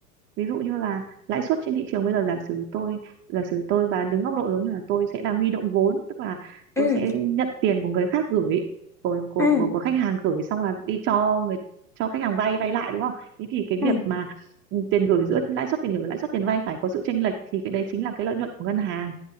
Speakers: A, on the right; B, in the centre.
A: ví dụ như là lãi suất trên thị trường bây giờ giả sử tôi giả sử tôi và đứng góc độ giống như là tôi sẽ là huy động vốn tức là tôi
B: ừ
A: sẽ nhận tiền của người khác gửi của của
B: ừ
A: của, của khách hàng gửi xong là đi cho người cho khách hàng vay vay lại đúng không thế thì cái
B: ừ
A: việc mà ừ, tiền gửi giữa lãi suất tiền gửi và lãi suất tiền vay phải có sự chênh lệch thì cái đấy chính là cái lợi nhuận của ngân hàng